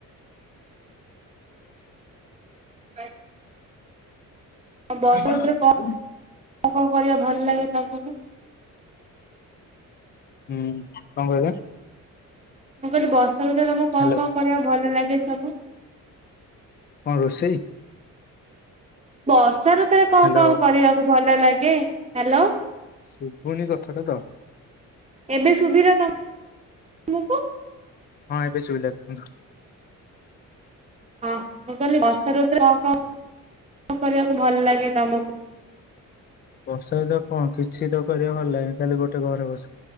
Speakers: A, on the right; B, on the left.
A: <inaudible> ବର୍ଷା
B: ଆ
A: ଋତୁରେ
B: <unintelligible>
A: କଣ କଣ କରିବା ଭଲ ଲାଗେ ତମକୁ?
B: ହୁଁ କଣ କହିଲ?
A: ମୁଁ କହିଲି ବର୍ଷା ଋତୁ ରେ ତମକୁ କଣ
B: ହ୍ୟାଲୋ
A: କଣ କରିବାକୁ ଭଲ ଲାଗେ ସବୁ?
B: କଣ ରୋଷେଇ?
A: ବର୍ଷା ଋତୁ ରେ କଣ
B: ହ୍ୟାଲୋ
A: କଣ କରିବାକୁ ଭଲ ଲାଗେ ହାଲୋ।
B: ଶୁଭୁନି କଥାଟା ତ।
A: ଏବେ ଶୁଭିଲା ତ ମକୁ?
B: ହଁ ଏବେ ସୁବିିଲା କୁ
A: ହଁ ମୁଁ କହିଲି ବର୍ଷା ଋତୁ ରେ କଣ କଣ କଣ କରିବାକୁ ଭଲ ଲାଗେ ତମକୁ?
B: ବର୍ଷା ଦିନ ରେ କଣ କିଛି ତ କରିବାକୁ ଭଲ ଲାଗେନି ଖାଲି ଗୋଟେ ଘରେ ବସ।